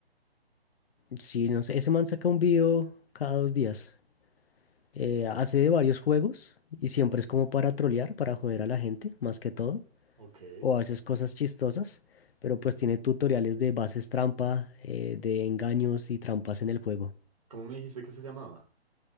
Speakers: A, on the left; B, on the right.
A: Sí, no sé, ese man saca un video cada dos días. Eh, hace de varios juegos y siempre es como para trolear, para joder a la gente, más que todo.
B: Ok.
A: O a veces cosas chistosas, pero pues tiene tutoriales de bases trampa, eh, de engaños y trampas en el juego.
B: ¿Cómo me dijiste que se llamaba?